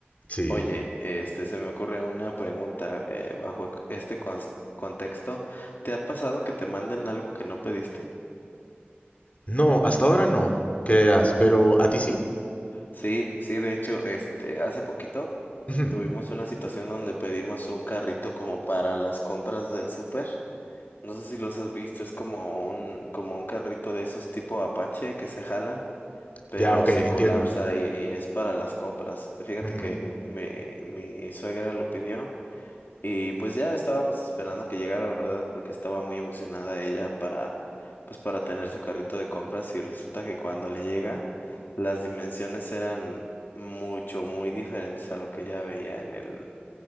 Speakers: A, on the left; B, on the left.
A: sí.
B: Oye, este se me ocurre una pregunta eh, bajo este cons- contexto. ¿Te ha pasado que te manden algo que no pediste?
A: No, hasta ahora no, creerás, pero ¿a ti sí?
B: Sí, sí, de hecho, este, hace poquito
A: Ujú,
B: tuvimos una situación donde pedimos un carrito como para las compras del súper. No sé si los has visto, es como un, como un carrito de esos tipo Apache que se jalan, pero
A: Ya, ok,
B: se
A: entiendo.
B: colapsa y, y es para las compras. Fíjate
A: Ujú,
B: que el- mi, mi suegra lo pidió. Y pues ya estábamos esperando que llegara, ¿verdad? Porque estaba muy emocionada ella para, pues para tener su carrito de compras y resulta que cuando le llega, las dimensiones eran mucho, muy diferentes a lo que ella veía en el,